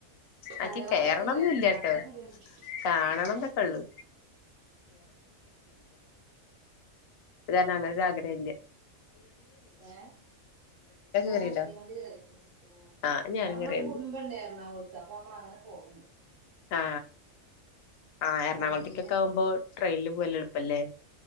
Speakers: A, on the right; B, on the left.
A: കയറാൻ
B: അക്കി കേറണംന്നില്ലട്ടോ
A: പൂ തിണ്ടായിരുന്നു കണ്ട ആ
B: കാണണം എന്നൊക്കെ ഉള്ളു ഇവർ അങ്ങനെ ആഗ്രഹമില്ലേ
A: ഏ ഓ
B: കേറിണ്ടോ
A: തീവണ്ടി കേറിക്കണ് ഓ
B: ആഹ് ഞാനും
A: നമ്മളരു
B: കേറിണ്ട്
A: കുടുംബണ്ടായിരുന്ന എറണാകുളത്ത് അപ്പൊ നമ്മള് അങ്ങനെ പോകലണ്ട്
B: ആ ആ എറണാകുളത്തേക്കൊക്കെ
A: ഫാമിലിന്റെ
B: ആവുമ്പോ ട്രെയിനിൽ പോവാൻ നല്ലേ എളുപ്പല്ലേ